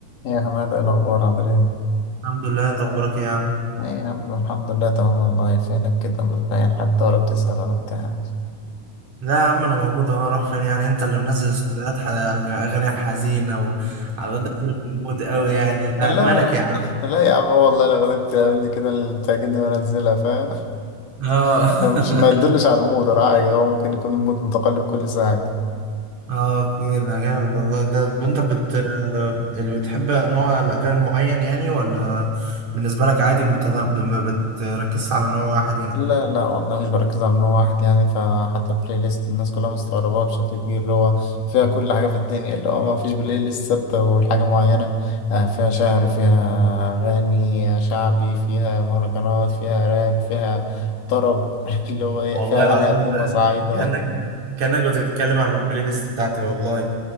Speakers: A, on the left (about 75°); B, on the right (about 55°).
A: يا حماد ايه الأخبار عامل ايه؟
B: الحمد لله انت اخبارك ايه يا عم
A: ايه يا عم الحمد لله تمام والله فينك كده مش باين حتى ولا بتسأل ولا بتاع
B: لا يا عم انا موجود اهو راح فين يعني انت اللي منزل استوديوهات ح- اغاني حزينه وعلى داخل في المود قوي يعني لا
A: لا
B: مالك يا عم
A: لا يا عم هو والله الأغاني بتعمل لي كده اللي بتعجبني وأنزلها فاهم؟
B: اه
A: <laughs> لو مش ما يدلش
B: <laughs>
A: على المود ولا حاجة هو ممكن يكون المود متقلب كل ساعة
B: اه كده جامد والله ده انت بت اللي بتحب نوع الاغاني معين يعني ولا بالنسبه لك عادي متنا... ما بتركزش على نوع واحد يعني
A: لا لا والله مش بركز على نوع واحد يعني فحتى البلاي ليست الناس كلها مستغرباها بشكل كبير اللي هو فيها كل حاجة في الدنيا اللي هو ما فيش بلاي ليست ثابتة والحاجة معينة آه، فيها شعر فيها أغاني شعبي فيها مهرجانات فيها راب فيها طرب <laughs> اللي هو إيه،
B: والله
A: فيها أغاني
B: العظيم
A: قديمة صعيدة
B: كانك كانك بتتكلم عن البلاي ليست بتاعتي والله